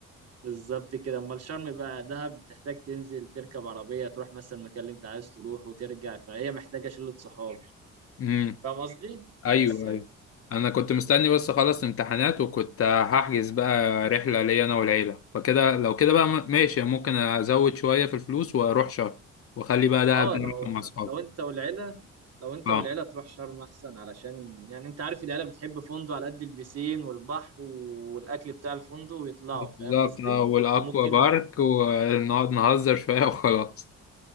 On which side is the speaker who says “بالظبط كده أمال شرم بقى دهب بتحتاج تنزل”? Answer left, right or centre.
Right